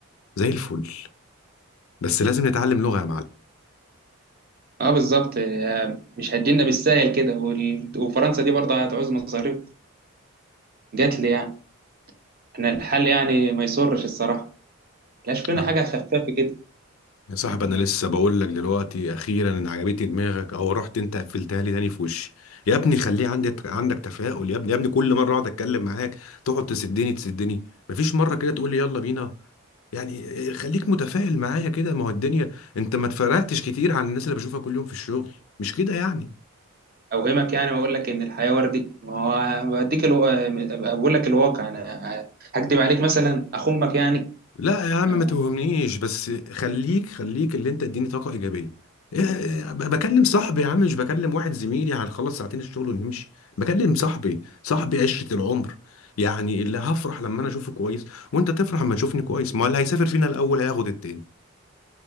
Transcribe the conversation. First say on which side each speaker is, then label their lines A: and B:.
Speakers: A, on the left; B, on the right.
A: زي الفل بس لازم نتعلم لغة يا
B: اه بالظبط آه، مش هتجينا بالساهل كده وال... وفرنسا دي برضه هتعوز مصاريف جات لي يعني احنا الحل يعني ما يسرش الصراحه لا شوف لنا
A: معلم
B: حاجه خفافه كده
A: يا صاحبي
B: يعني
A: انا لسه بقول لك دلوقتي اخيرا ان عجبتني دماغك او رحت انت قفلتها لي تاني في وشي يا ابني خليه عندي عندك تفاؤل يا ابني يا ابني كل مره اقعد اتكلم معاك تقعد تسدني تسدني مفيش مره كده تقول لي يلا بينا يعني إيه، خليك متفائل معايا كده ما هو الدنيا انت ما اتفرقتش كتير عن الناس اللي بشوفها كل يوم في الشغل مش كده يعني
B: اوهمك يعني واقول لك ان الحياه وردي ما هو بديك الو... آه، بقول لك الواقع انا هكدب عليك مثلا اخمك يعني
A: لا يا عم
B: انا
A: ما توهمنيش بس خليك خليك اللي انت اديني طاقة إيجابية إيه- إيه، ب- بكلم صاحبي يا عم مش بكلم واحد زميلي هنخلص ساعتين الشغل ونمشي بكلم صاحبي صاحبي عشرة العمر يعني اللي هفرح لما انا اشوفه كويس وانت تفرح لما تشوفني كويس ما اللي هيسافر فينا الاول هياخد التاني